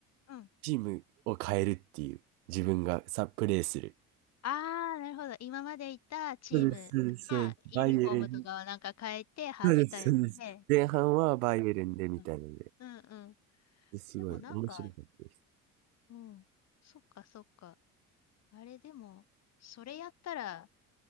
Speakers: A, on the left; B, on the right.
A: うん。
B: チームを変えるっていう、自分がさ、プレーする。
A: ああ、なるほど。今までいたチームがユニフォームとかをなんか変えて、
B: そうです、そうです、そうです。バイエルン。
A: ハーフタイムで。
B: そうです、そうです。前半はバイエルンでみたいなので、
A: うんうんうんうん。
B: ですごい面白かったです。
A: でもなんか、うん。そっかそっか。あれでも、それやったら、